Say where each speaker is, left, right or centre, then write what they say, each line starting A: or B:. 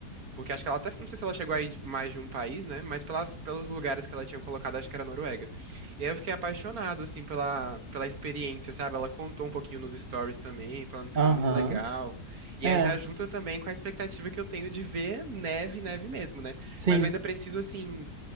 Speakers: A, on the right; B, on the right.
A: Porque acho que ela até, não sei se ela chegou aí mais de um país, né? Mas pelas, pelos lugares que ela tinha colocado, acho que era Noruega. E aí eu fiquei apaixonado, assim, pela, pela experiência, sabe? Ela contou um pouquinho nos stories também, falando que
B: Aham.
A: foi muito legal. E
B: É,
A: aí já junta também com a expectativa que eu tenho de ver neve, neve mesmo, né?
B: sim.
A: Mas eu ainda preciso, assim,